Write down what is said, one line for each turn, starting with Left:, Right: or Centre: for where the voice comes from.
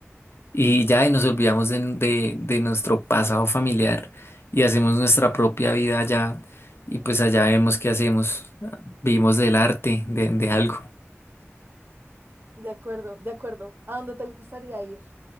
Left: Y ya, y nos olvidamos de, de- de nuestro pasado familiar y hacemos nuestra propia vida allá. Y pues allá vemos qué hacemos. Vivimos del arte, de, de algo.
Right: De acuerdo, de acuerdo. ¿A dónde te gustaría ir?